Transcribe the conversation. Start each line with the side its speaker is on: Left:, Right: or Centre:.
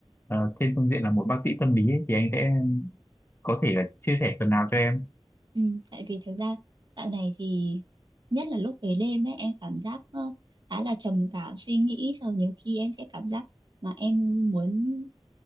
Left: ờ, trên phương diện là một bác sĩ tâm lý ấy, thì anh sẽ có thể là chia sẻ phần nào cho em
Right: Ừ, tại vì thực ra dạo này thì nhất là lúc về đêm ấy em cảm giác ờ, khá là trầm cảm suy nghĩ sau nhiều khi em sẽ cảm giác mà em muốn